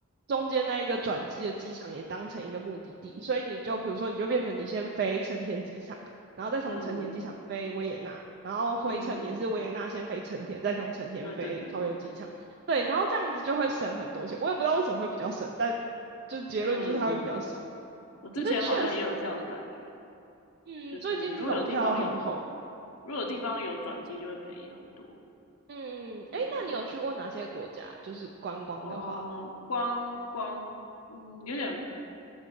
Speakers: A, on the right; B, on the left.
A: 中间那一个转机的机场也当成一个目的地，所以你就比如说你就变成你先飞成田机场，然后再从成田机场飞维也纳，
B: 嗯
A: 然后回程也是维也纳先飞成田，
B: 嗯，
A: 再从成田飞桃园机场。
B: 对对对对。
A: 对，然后这样子就会省很多钱。我也不知道为什么会比较省，但就结论就是它会比较省。
B: 嗯，我之前好像也有这样的感觉，
A: 可是确实。嗯，
B: 就是如果有地方有，
A: 最近这种票很红。
B: 如果有地方有转机，就会便宜很多。
A: 嗯，
B: 嗯，
A: 诶，那你有去过哪些国家？就是观光的话，
B: 哦，光光，嗯，有点